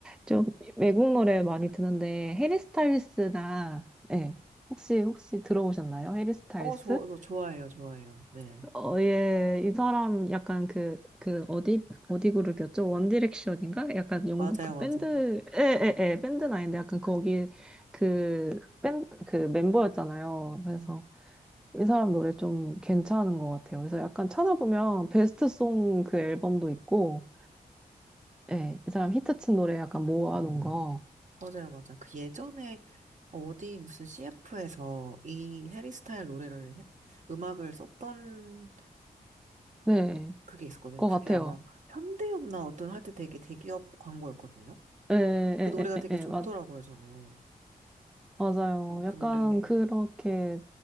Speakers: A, in the centre; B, on the right.
A: 좀 외국 노래 많이 듣는데, 해리 스타일스나, 네. 혹시, 혹시 들어보셨나요? 해리 스타일스?
B: 어, 저, 저 좋아해요, 좋아해요. 네.
A: 어, 예, 이 사람 약간 그, 그, 어디, 어디 그룹이었죠? 원디렉션인가? 약간 영국
B: 맞아요,
A: 그
B: 맞아요.
A: 밴드, 예, 예, 예, 밴드는 아닌데 약간 거기 그, 밴, 그 멤버였잖아요.
B: 음,
A: 그래서 이 사람 노래 좀 괜찮은 것 같아요. 그래서
B: 음.
A: 약간 찾아보면 베스트 송 그 앨범도 있고, 예, 이 사람 히트친 노래 약간 모아놓은 거,
B: 맞아요, 맞아요. 그 예전에 어디 무슨 CF에서 이 해리스타일 노래를, 했- 음악을 썼던
A: 네,
B: 아, 그게 있었거든요.
A: 것
B: 그게
A: 같아요.
B: 아마 현대였나 어떤 하여튼 되게 대기업 광고였거든요.
A: 예, 예,
B: 그 노래가
A: 예,
B: 되게
A: 예, 예,
B: 좋더라고요, 저는.
A: 맞아요.
B: 어, 그
A: 약간
B: 노래.
A: 그렇게,